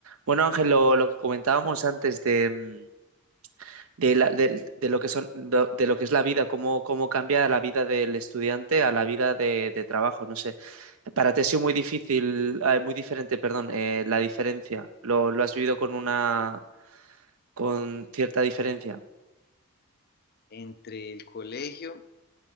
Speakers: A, on the right; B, on the left.
A: Bueno, Ángel, lo, lo que comentábamos antes de, mm, de, la- del- de lo que son, lo- de, lo que es la vida, cómo, cómo cambia la vida del estudiante a la vida de, de trabajo, no sé. Para ti ha sido muy difícil, eh, muy diferente, perdón, eh, la diferencia. Lo, lo has vivido con una, con cierta diferencia.
B: entre el colegio